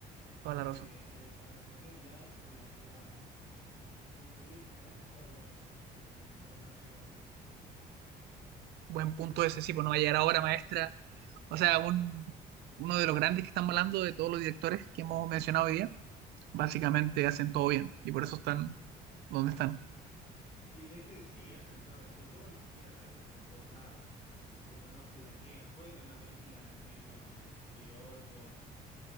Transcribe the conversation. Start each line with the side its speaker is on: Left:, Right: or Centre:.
Right: toda
Left: Porque
Right: la razón.
Left: ay, cuando flaquea un lado ya te la rebaja, ¿viste? Decís, "Uh, podrías haber estado buena, pero no, no llegó.
Right: Buen punto ese, sí, pues
Left: Y,
Right: no va a llegar ahora, maestra. O sea, un, uno de los grandes que están hablando de todos los directores que hemos mencionado hoy día, básicamente hacen todo bien y por eso están donde están.
Left: y es que sí, hacen todo, to- todos les cierra, ¿viste? Por todos lados. Como que no flaquean. Puede tener una película menos, mm, peor que otra,